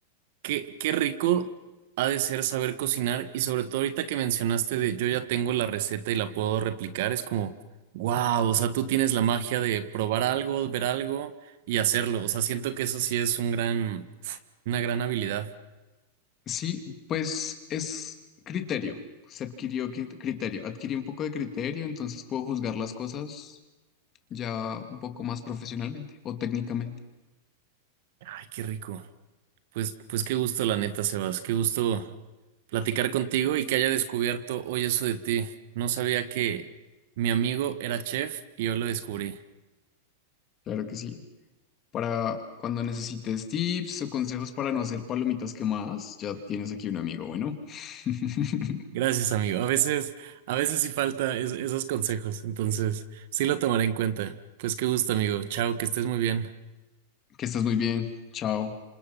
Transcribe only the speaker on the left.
Sí, pues es criterio. Se adquirió cri- criterio. Adquirí un poco de criterio, entonces puedo juzgar las cosas ya un poco más profesionalmente o técnicamente.
Claro que sí. Para cuando necesites tips o consejos para no hacer palomitas quemadas, ya tienes aquí un amigo. Bueno, <laughs>
que estás muy bien. Chao.